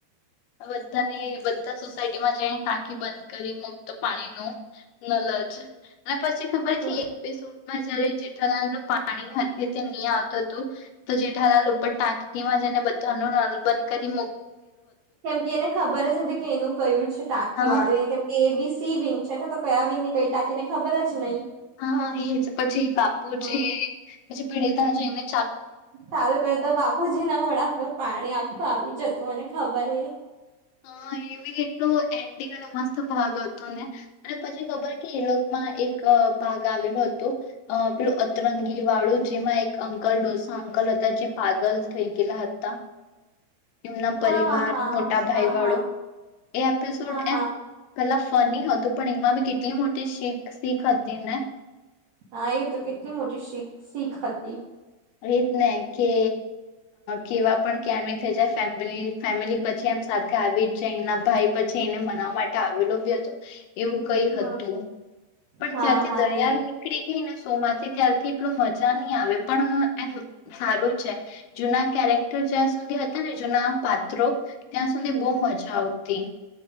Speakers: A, on the left; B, on the right.
A: બધાની બધા સોસાયટીમાં જઈ ટાંકી બંધ કરી મુક્ત પાણી ન નલજ અને પછી ખબર
B: હમ
A: કે એક બે શૂટમાં જ્યારે જે ઠાલાલ નું પાણી હ રીતે નહી આવતું હતું તો જેઠાલાલ ઉપર ટાંકીમાં જેને બધા ન નલ બંધ કરીક મુ
B: કેમ કે એને ખબર નથી એનું કહ્યું. છે ટાંકી
A: હા
B: વાળું એ કેમ કે એ બી સી વિંગ છે ને તો કયા આવી ને કઈ ટાકીને ખબર જ નહી.
A: હા એજ પછી બાપુ
B: હા
A: છે પછી પીડિત જય ને
B: સારું કર તો બાપુજી ના મોડા પર પાણી આખું આવી જતું અને ખબરે
A: હ એવી એટલ એન્ડિંગ અને મસ્ત ભાગ હતો ને અને પછી ખબર કે એલોકમાં એક ભાગ આવેલો હતો પેલું અતરંગી વાળું જેમાં એક અંકલ ડોસા અંકલ હતા જે પાગલ થઈ ગયેલા હતા. એમના પરિવાર
B: હા હા હા
A: મોટા ભાઈ
B: હા
A: વાળું
B: હા
A: એ એપિસોડ
B: હા
A: એમ
B: હા
A: કલા ફની હતું પણ એમાં બી કેટલી મોટી શીખ શીખ હતી ને
B: હા એ તો કેટલી મોટી શીખ શીખ હતી.
A: એ જ ને કે કેવા પણ ક્યા થઈ જાય ફેમિલી ફેમિલી પછી એમ સાથે આવી જ જાય એના ભાઈ પછી એને મનાવવા માટે આવેલો ભી હતો. એવું કઈ
B: હમ
A: હતું, પણ
B: હા
A: જ્યાંથી
B: હા
A: દરિયાળ
B: એ
A: નીકળી ગઈને શો માંથી ત્યારથી એટલું મજા નહી આવે પણ એમ સારું છે જૂના કેરેક્ટર જ્યાં સુધી હતા ને જૂના પાત્રો ત્યાં સુધી બહ મજા આવતી